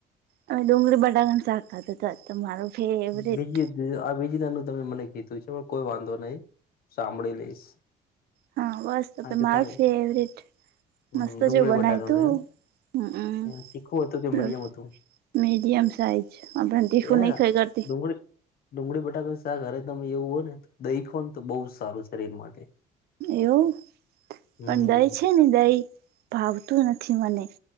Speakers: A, on the right (about 70°); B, on the left (about 60°).
A: અમે ડુંગળી બટાકાનું શાક ખાતું આજ તો મારું ફેવરેટ
B: બીજી દ આ બીજી તાનું તમે મને કીધું છે, પણ કોઈ વાંધો નહી, સાંભળી લઈશ.
A: હા, બસ તો
B: કારણ
A: તો
B: કે
A: મારું
B: તમે
A: ફેવરિટ.
B: હમ
A: મસ્ત
B: ડુંગળી
A: જેવું
B: બટાકાનું
A: બનાયુ તું.
B: એમ
A: હમ્મ,
B: તીખું હતું કે
A: ર
B: મીડિયમ હતું
A: મીડિયમ સાઇજ, આપણ તીખું
B: એને
A: નઈ ખાઈ ગ
B: ડુંગળી ડુંગળી બટાકાનું શાક હરે તમે એવું હો ને, દઈ ખઉન તો બઉ સારું સરીર માટે.
A: એવું?
B: હમ
A: પણ દહી છે ને દઈ, ભાવતું નથી મને.